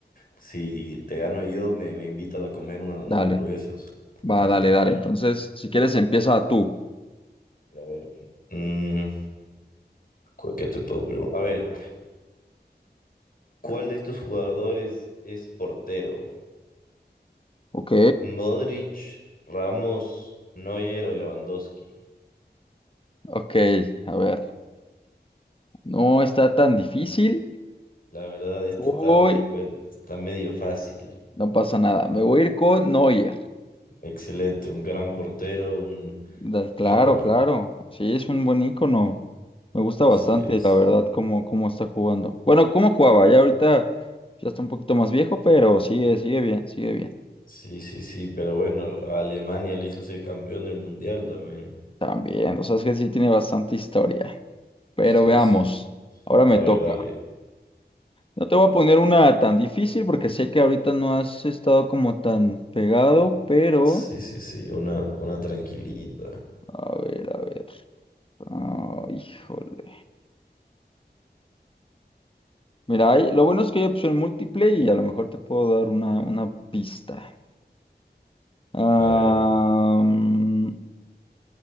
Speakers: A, on the left; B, on the left.
A: Si te gano yo, me, me invitas a comer una- unas
B: Dale,
A: hamburguesas.
B: va,
A: Listo.
B: dale, dale. Entonces, si quieres, empieza tú.
A: A ver. mm, ¿cu- ¿qué te puedo preguntar? A ver, ¿cuál de estos jugadores es portero?
B: Ok,
A: ¿Modric, Ramos, Neuer o Lewandowski?
B: ok, a ver, no está tan difícil.
A: La verdad, esta
B: Uy,
A: está, me di cuenta, está medio fácil.
B: No pasa nada. Me voy a ir con Neuer.
A: Excelente, un gran portero, un
B: Da- Claro,
A: ícono.
B: claro. Sí, es un buen ícono. Me gusta
A: Así
B: bastante,
A: es.
B: la verdad, cómo, cómo está jugando. Bueno, cómo jugaba. Ya ahorita ya está un poquito más viejo, pero sigue, sigue bien, sigue bien.
A: Sí, sí, sí, pero bueno, a Alemania le hizo ser campeón del mundial también.
B: También, o sea, es que sí tiene bastante historia. Pero
A: Sí,
B: veamos.
A: sí.
B: Ahora
A: A
B: me
A: ver,
B: toca.
A: dale.
B: No te voy a poner una tan difícil porque sé que ahorita no has estado como tan pegado, pero...
A: Sí, sí, sí, una, una tranquilita.
B: A ver, a ver. Ah, híjole. Mira, hay- lo bueno es que hay opción múltiple y a lo mejor te puedo dar una, una pista. Ah,
A: A ver, a
B: mm,